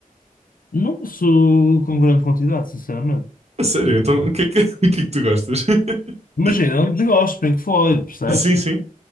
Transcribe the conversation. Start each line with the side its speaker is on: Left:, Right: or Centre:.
Left: Não sou com grande quantidade, sinceramente.
Right: A sério, então o que é que, <laughs> o que é que tu gostas? <laughs>
Left: Imagina, eu não desgosto, Pink Floyd, percebes?
Right: Sim, sim.